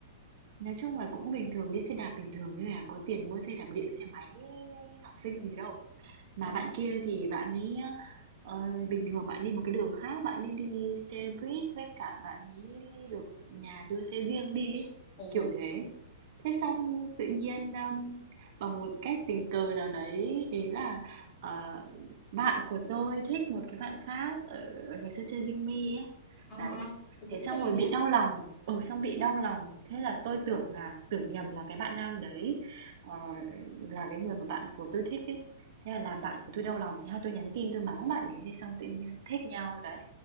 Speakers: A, on the right; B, on the left.
A: nói chung là cũng bình thường đi xe đạp bình thường thôi à, có tiền mua xe đạp điện xe máy học sinh gì đâu. Mà
B: ờ
A: bạn kia thì bạn ấy, ờ, bình thường bạn đi một cái đường khác, bạn đi đi xe buýt với cả bạn ấy được nhà đưa xe riêng đi ấy,
B: ồ
A: kiểu thế. Thế xong tự nhiên, ờm, bằng một cách tình cờ nào đấy, ý là, ờ, bạn của tôi thích một cái bạn khác ở ở ngày xưa chơi dinh Me ấy.
B: à
A: Đấy,
B: à tôi cũng
A: thế xong
B: chơi
A: rồi
B: nhá
A: bị đau lòng, ừ, xong bị đau lòng. Thế là tôi tưởng là tưởng nhầm là cái bạn nam đấy, ờ, là cái người mà bạn của tôi thích ấy. Thế là làm bạn của tôi đau lòng, thế là tôi nhắn tin tôi mắng bạn đấy, thế xong tự nhiên thích nhau đấy.